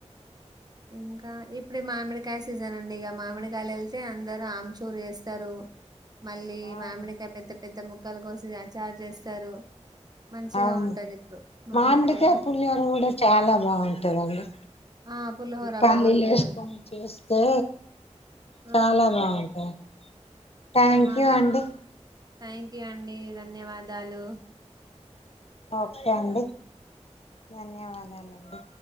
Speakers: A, on the right; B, on the left.
A: ఇంకా ఇప్పుడు మామిడి కాయ్ సీజన్ ఉండి ఇక మామిడికాయలు వెళ్తే అందరు ఆమ్చూరు చేస్తారు మళ్ళీ
B: అవును
A: మామిడికాయ పెద్ద పెద్దగా ముక్కలు కోసి చార్జ్ చేస్తారు మంచిగా
B: అవును
A: ఉంటది ఇప్పుడు మామిడికాయతో
B: మామిడికాయ పులిహోర కూడా చాలా బాగుంటాదండి
A: ఆ పులిహోర
B: పల్లీలు
A: బాగుంటదండి
B: వేసుకొని చేస్తే
A: ఆ
B: చాలా బాగుంటాయి థ్యాంక్
A: ఇక మామిడి
B: యూ అండి
A: థ్యాంక్ యూ అండి ధన్యవాదాలు
B: ఓకే అండి ధన్యవాదాలు అండి